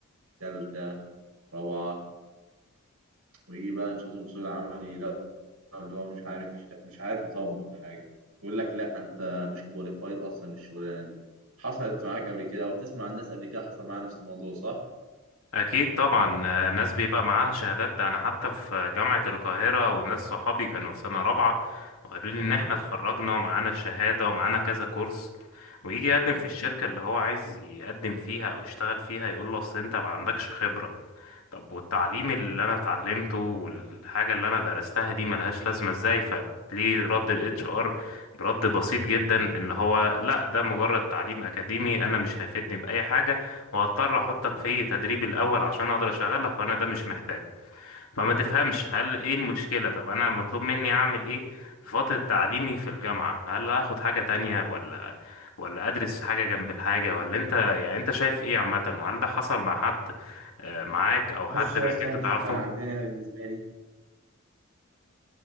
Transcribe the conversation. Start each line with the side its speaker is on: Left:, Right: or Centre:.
Right: تالتة رابعة ويجي بقى ينشطهم في سوق العمل اللي هو مش عارف يشت... مش عارف يطبق حاجه يقول لك لا انت مش كواليفايد اصلا الشغلانه دي حصلت معاك قبل كده او تسمع عن الناس قبل كده حصل معاها نفس الموضوع صح
Left: أكيد طبعا آه، ناس بيبقى معاها شهادات ده أنا حتى في جامعة القاهرة وناس صحابي كانوا في سنة رابعة وقالوا لي إن إحنا اتخرجنا ومعانا الشهادة ومعانا كذا كورس ويجي يقدم في الشركة اللي هو عايز يقدم فيها أو يشتغل فيها يقول له أصل أنت ما عندكش خبرة طب والتعليم اللي انا اتعلمته والحاجه اللي انا درستها دي ملهاش لازمه ازاي فليه رد الاتش ار برد بسيط جدا ان هو لا ده مجرد تعليم اكاديمي انا مش هيفيدني باي حاجه وهضطر احطك في تدريب الاول عشان اقدر اشغلك وانا ده مش محتاجه فما تفهمش هل ايه المشكلة طب انا مطلوب مني اعمل ايه في فترة تعليمي في الجامعة هل اخد حاجة تانية ولا ولا ادرس حاجة جنب الحاجة ولا انت يعني انت شايف ايه عامة وهل ده حصل مع حد آه، معاك او
Right: بص
Left: حد
Right: اصلا
Left: من اللي انت تعرفهم
Right: يعني عندنا انا بالنسبه لي